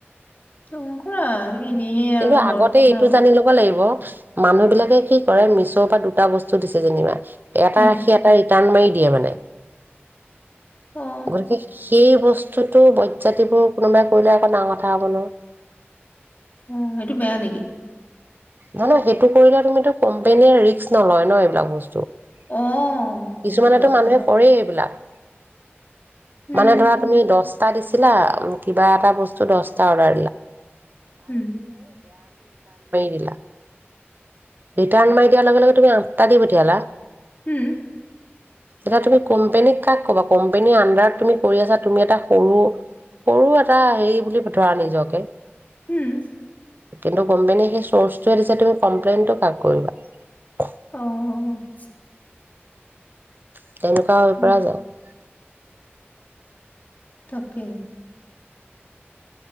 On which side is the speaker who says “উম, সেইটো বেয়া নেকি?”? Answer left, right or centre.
Left